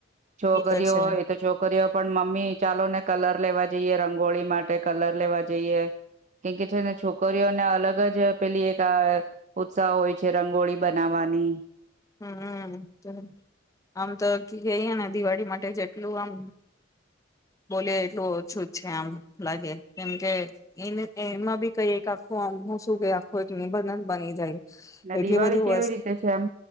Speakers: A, on the right; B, on the left.
A: છોકરીઓ
B: એ તો છે
A: હોય એ તો છોકરીઓ પણ મમ્મી ચાલો ને કલર લેવા જઈએે રંગોળી માટે કલર લેવા જઈએ કેમ કે છેને છોકરીઓને અલગ જ પેલી એક આ ઉત્સાહ હોય છે રંગોળી બનાવવાની
B: હમ ચ <unintelligible> આમ તો ક ગઈ હે ને દિવાળી <unintelligible> માટે જેટલું આમ બોલયે એટલું ઓછું જ છે આમ લાગે કેમકે એને એમાં બી કઈ આખું આમ હું શું કે આખું એ નિબંધ બની જાય
A: ના
B: એટલી
A: દિવાળી
B: બધું
A: કેવી
B: વસ્ત
A: રીતે છે એમ